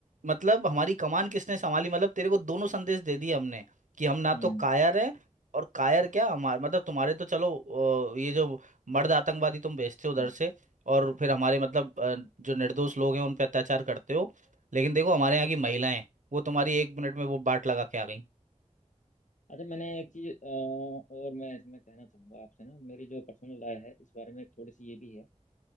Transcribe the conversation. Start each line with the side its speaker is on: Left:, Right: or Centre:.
Right: मतलब हमारी कमान किसने संभाली मतलब तेरे को दोनों संदेश दे दिए हमने कि हम ना
Left: हम्म,
Right: तो कायर हैं और कायर क्या हमारे मतलब तुम्हारे तो चलो अ, ये जो मर्द आतंकवादी तुम भेजते हो उधर
Left: हम्म।
Right: से और फिर हमारे मतलब अ, जो निर्दोष लोग हैं उन पे अत्याचार करते हो लेकिन देखो हमारे यहाँ की महिलाएं वो तुम्हारी एक मिनट में वो बाट लगा के आ गई
Left: अच्छा मैंने एक चीज और मैं इसमें कहना चाहूंगा आपसे ना मेरी जो पर्सनल राय है इस बारे में थोड़ी सी ये भी है